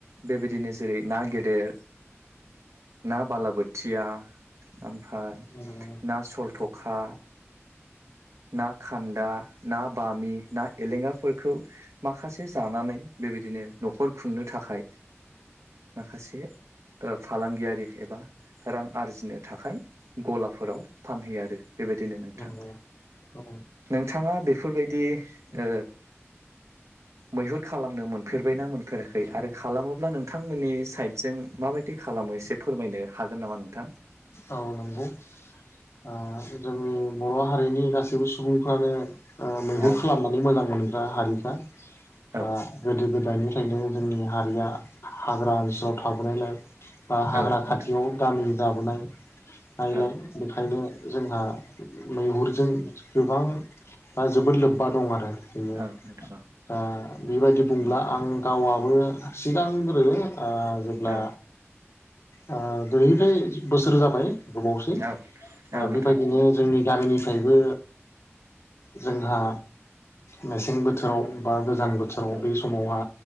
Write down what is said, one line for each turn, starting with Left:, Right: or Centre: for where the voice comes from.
Right: बेबायदिनो जेरै ना गेदेर ना बालाबोथिया ओमफ्राय
Left: नंगौ
Right: ना सलथखा ना खान्दा ना बामि ना एलेंगाफोरखौ माखासे जानानै बेबायदिनो न'खर खुंनो थाखाय माखासे ओ फालांगियारि एबा रां आरजिनो थाखाय गलाफोराव फानहैयो आरो बेबायदिनो नोंथां।
Left: नंगौ औ
Right: नोंथाङा बेफोरबायदि ओ मैहुर खालामनो मोनफेरबायना मोनफेराखै आरो खालामोब्ला नोंथांमोननि साइदजों माबायदि खालाम। खालामो एसे फोरमायनो हागोन नामा नोंथां?
Left: औ नंगौ ओ जोंनि बर' हारिनि गासैबो सुबुंफ्रानो मैहुर
Right: औ
Left: खालामनानै मोजां मोनो। हारिखा
Right: औ
Left: बा गोदोनिफ्राय गोदोनिफ्रायनो जोंनि हारिया हाग्रा ओनसोलाव थाबोनायलाय। बा हाग्रा
Right: औ नोंथां
Left: खाथियाव गामि जाबोनाय नायलाय
Right: औ
Left: बेखायनो। जोंहा मैहुरजों गोबां दा जोबोद लोब्बा दं आरो बेयो
Right: औ नोंथां औ
Left: दा बेबायदि बुंब्ला आं गावाबो सिगांग्रो ओ जेब्ला
Right: औ
Left: ओ दुहिफ्राय बोसोर जाबाय। गोबावसै
Right: औ औ नोंथां
Left: बेबायदिनो जोंनि गामिनिफ्रायबो जोंहा। मेसें बोथोराव बा गोजां बोथोराव
Right: औ
Left: बै समावहा